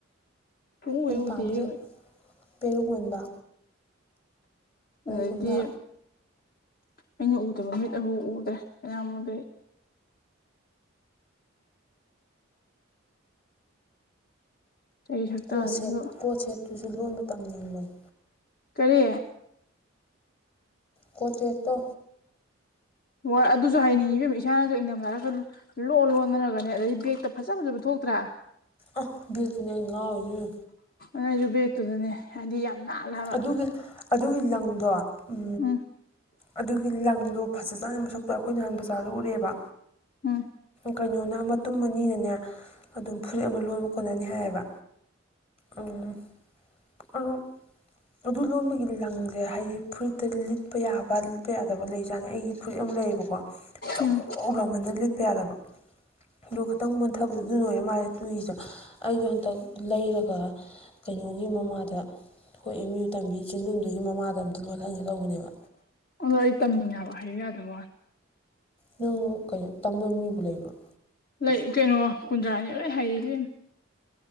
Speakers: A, on the left; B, on the left.
A: ꯁꯨꯡꯎ
B: ꯑꯩ
A: ꯍꯦꯛ ꯎꯗꯦ
B: ꯄꯥꯝꯃꯤꯖ‌ꯦ
A: ꯏꯕꯦꯝꯃ
B: ꯄꯤꯔꯨꯛ ꯃꯟꯕ
A: ꯑꯗꯩꯗꯤ
B: ꯈꯨꯟꯕ
A: ꯑꯩꯅ ꯎꯗꯕ ꯃꯤꯠ ꯑꯕꯨ ꯎꯗ꯭ꯔꯦ ꯃꯌꯥꯝꯕꯗꯩ ꯆꯍꯤ ꯁꯛꯇꯁꯤꯒ
B: ꯀꯣꯠ ꯁꯦꯠ ꯀꯣꯠ ꯁꯦꯠꯇꯨꯖꯨ ꯂꯣꯟꯕ ꯇꯝꯅꯤꯡꯕꯅ‌ꯦ
A: ꯀꯔꯤ
B: ꯀꯣꯇ‌ꯦꯛ ꯇꯣ
A: ꯍ‌ꯣꯏ ꯑꯗꯨꯁꯨ ꯍꯥꯏꯅꯤꯡꯉꯤꯕ ꯏꯕ‌ꯦꯝꯃ ꯏꯁꯥꯅꯁꯨ ꯑꫯꯡꯗꯝꯗ ꯈ ꯂꯣꯟ ꯂꯣꯟꯗꯅꯒ‌ꯅ‌ꯦ ꯑꯗꯩꯗꯤ ꯕꯦꯒꯛꯇ ꯐꯖ ꯐꯖꯕ ꯊꯣꯛꯇ꯭ꯔꯥ
B: ꯑ ꯕ‌ꯦꯛꯇꯅꯦ ꯑꯩ ꯉꯥꯎꯔꯤꯖ‌ꯦ
A: ꯑꯩꯖꯨ ꯕꯦꯛꯇꯨꯗꯅꯦ ꯍꯥꯏꯗꯤ ꯌꯥꯝ ꯅꯥꯜꯂꯦꯕ
B: ꯑꯗꯨꯒꯤ ꯑꯗꯨꯒꯤ ꯂꯪꯗꯣ ꯎ
A: ꯎꯝ
B: ꯑꯗꯨꯒꯤ ꯂꯪꯗꯣ ꯐꯖꯖꯥꯅꯤ ꯃꯁꯛꯇ‌ꯣ ꯑꯩꯈꯣꯏ ꯅꯍꯥꯟ ꯖꯥꯔꯗ ꯎꯔꯦꯕ
A: <inaudible>
B: ꯀꯩꯅꯣꯅ ꯃꯇꯨꯝ ꯑꯅꯤꯅꯅꯦ ꯑꯗꯨꯝ ꯐꯨꯔꯤꯠ ꯑꯃ ꯂꯣꯟꯕ ꯀ‌ꯣꯟꯅꯅꯤ ꯍꯥꯏꯌꯦꯕ ꯎꯝ ꯑꯗꯨ ꯑꯗꯨ ꯂꯣꯟꯕꯒꯤ ꯂꯪꯖ‌ꯦ ꯍꯥꯏꯗꯤ ꯐꯨꯔꯤꯠꯇ ꯂꯤꯠꯄ ꯌꯥꯕ ꯂꯤꯠꯄ ꯌꯥꯗꯕ ꯂꯩꯖꯥꯠꯅꯤ ꯑꯩꯒꯤ ꯐꯨꯔꯤꯠ ꯑꯃ ꯂꯩꯌꯦꯕꯀꯣ ꯖꯆꯧ
A: ꯎꯝ
B: ꯖꯆꯧ ꯖꯧ ꯂꯥꯎꯃꯅ ꯂꯤꯠꯄ ꯌꯥꯗꯕ ꯑꯗꯨ‌ ꯈꯤꯇꯪ ꯃ‌ꯣꯟꯊꯕꯗꯣ ꯑꯗꯨ ꯑ‌ꯣꯏꯔ ꯃꯥꯜꯂꯦ ꯇꯨꯏꯖ ꯦ ꯑꯩꯗꯣ ꯍꯟꯇꯛ ꯂꯩꯔ ꯒ ꯀꯩꯅꯣꯒꯤ ꯃꯃꯥꯗ ꯑꯩꯈ‌ꯣꯏ ꯑꯦꯝ ꯌꯨ ꯇꯝꯕꯤ ꯆꯤꯟꯗꯨꯨꯝꯗꯨꯒꯤ ꯃꯃꯥꯗ ꯑꯝꯇ ꯂꯣꯟꯍꯟꯒꯦ ꯇꯧꯕꯅꯦꯕ
A: ꯑꯗꯣ ꯑꯩ ꯇꯝꯅꯤꯡꯉꯦ ꯍꯥꯏꯕ ꯍꯩꯌ‌ꯣ ꯌꯥꯗꯕꯩ ꯋꯥꯅ‌ꯦ
B: ꯅꯪ ꯀꯩꯅꯣ ꯇꯝꯅꯕ ꯃꯤꯕꯨ ꯂꯩꯕ꯭ꯔ‌ꯣ
A: ꯂꯩ ꯀꯩꯅꯣ ꯀꯨꯟꯗ꯭ꯔꯥꯅꯤ ꯂꯣꯏ ꯍꯩ ꯏꯕ‌ꯦꯃ